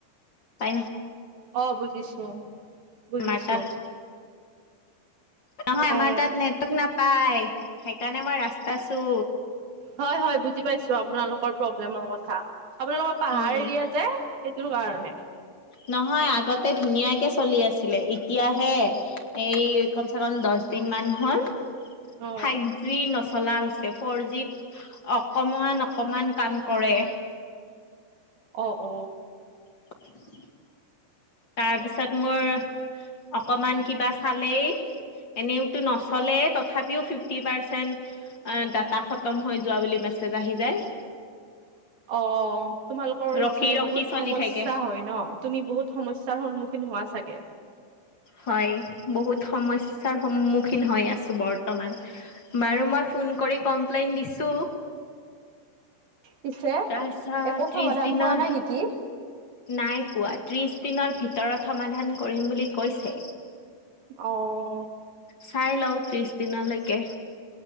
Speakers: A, on the left; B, on the right.
A: প ন
B: অ বুজিছো। বুজিছো
A: আমাৰ তাত, নহয় আমাৰ
B: অ।
A: তাত নেটৱৰ্ক নাপায় সেইকাৰণে মই ৰাস্তা চো।
B: হয় হয় বুজি পাইছো আপোনালোকৰ প্ৰব্লেমৰ কথা আপোনালোকৰ পাহাৰ
A: উম
B: এৰিয়া যে। এইটো কাৰণে,
A: নহয় আগতে ধুনীয়াকে চলি আছিলে, এতিয়াহে এই কমচে কম দছ দিন মান হ'ল,
B: অ
A: ফাইভ জি নচলা হৈছে ফোৰ জিত অকমান অকমান, কাম কৰে।
B: অ অ,
A: <inaudible> তাৰপিছত মোৰ অকমান কিবা চালেই, এনেওতো নচলেই তথাপিও ফিফটি পাৰ্চেণ্ট আ ডাটা হত, তম হৈ যোৱা বুলি মেছেজ আহি যায়।
B: অ অ তোমালোকৰ
A: ৰখি
B: চাগে
A: ৰখি
B: বহুত
A: চলি
B: সমস্যা
A: থাকে
B: হয় ন? তুমি বহুত সমস্যাৰ সন্মুখীন হোৱা চাগে?
A: হয় বহুত সমস্যাৰ সন্মুখীন হৈ আছোঁ বৰ্তমান। বাৰু মই ফোন কৰি কমপ্লেইন দিছোঁ।
B: পিছে
A: তাৰ পিছত
B: একো
A: ত্ৰিশ
B: সমাধান
A: দিনৰ,
B: পোৱা নাই নেকি
A: নাই পোৱা ত্ৰিছ দিনৰ ভিতৰত সমাধান কৰিম বুলি কৈছে।
B: অ
A: চাই লও ত্ৰিশ দিনলৈকে।